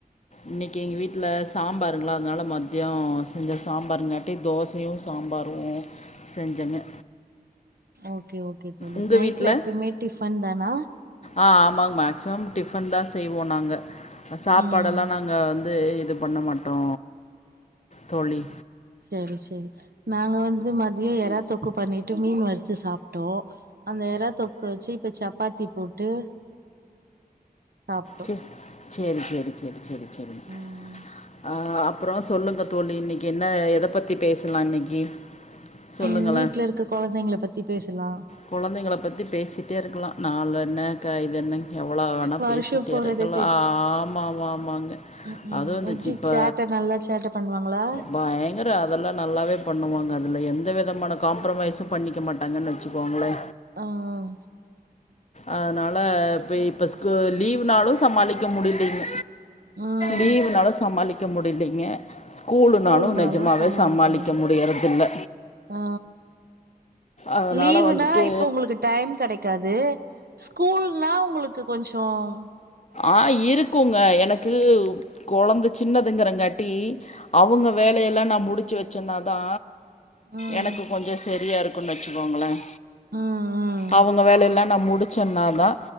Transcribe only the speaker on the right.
ஓகே ஓகே தோழி
நைட்ல
எப்பயுமே டிஃபன் தானா
ம்
சரி சரி நாங்க வந்து மதியோ எறா தோக்கு பண்ணிட்டு மீன் வறுத்து சாப்ட்டோ அந்த எறா தொக்கு. வெச்சு இப்ப சப்பாத்தி போட்டு சாப்ட்டோ
ம்
ம் வீடல இருக்க கொழந்தைங்களி பத்தி பேசலாம்
வருஷோ
போறதே
உம் உம்
எப்டி
சேட்ட நல்லா சேட்ட பண்ணுவாங்களா
ஆவ்
ம்
ஸ்கூல்னாலு
முடியு
ஆ
லீவுனா
இப்ப உங்களுக்கு டைம் கடைக்காது ஸ்கூல்னா உங்களுக்கு கொஞ்சோம்
ம்
ம் ம்